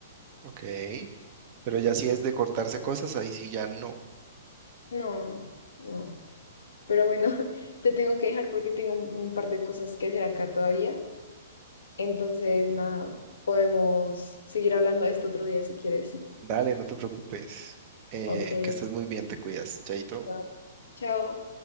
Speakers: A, on the right; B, on the left.
A: Ok. Pero ya si es de cortarse cosas, ahí sí ya no.
B: No, no. Pero bueno, <laughs> te tengo que dejar porque tengo un, un par de cosas que hacer acá todavía. Entonces, nada, podemos seguir hablando de esto otro día si quieres.
A: Dale, no te preocupes. Eh,
B: Ok,
A: que estés muy bien, te cuidas, Chaito.
B: vale. Chao.